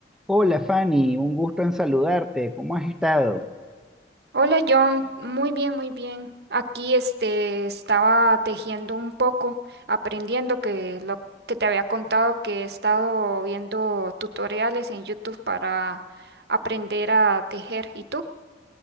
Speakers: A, in the centre; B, on the right.
A: Hola Fanny, un gusto en saludarte. ¿Cómo has estado?
B: Hola John, muy bien, muy bien. Aquí este estaba tejiendo un poco, aprendiendo que lo que te había contado que he estado viendo tutoriales en YouTube para aprender a tejer. ¿Y tú?